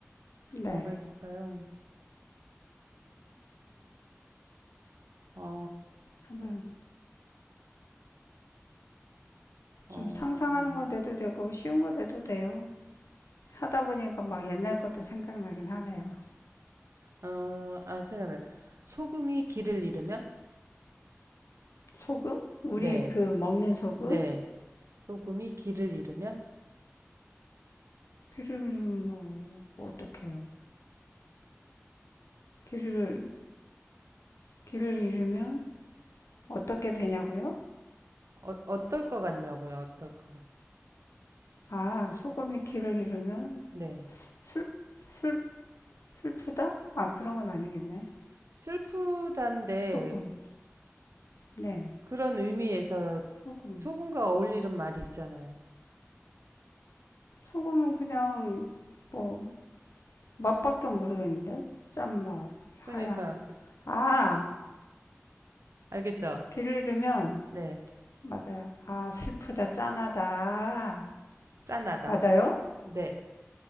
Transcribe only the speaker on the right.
뭐가 있을까요 어
어...
어, 아, 생각나. 소금이 길을 잃으면?
네,
네. 소금이 길을 잃으면?
어, 어떨 것 같냐고요, 어떨 것 같...
네.
슬프단데
그런 의미에서
소금과 어울리는 말이 있잖아요.
그러니까,
알겠죠?
네.
짠하다.
네.